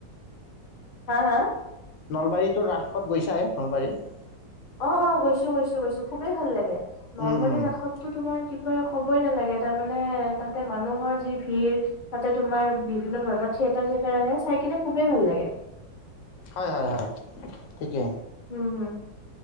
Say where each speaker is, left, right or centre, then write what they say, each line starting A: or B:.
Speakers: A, on the left; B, on the left.
A: হা হা
B: নলবাৰীটো ৰাসত গৈছাই নলবাৰীত।
A: অ অ গৈছো গৈছো গৈছো খুবেই ভাল লাগে নলবাৰীৰ
B: উম উম,
A: কাষততো তোমাৰ কি কয় ক'বই নালাগে তাৰ মানে তাতে মানুহৰ যি ভিৰ তাতে তোমাৰ বিভিন্ন ধৰণৰ থিয়েটাৰ চিয়েটাৰ আহে চাই কিনে খুবেই ভাল লাগে।
B: হয় হয় হয় থিকে
A: হোম হুম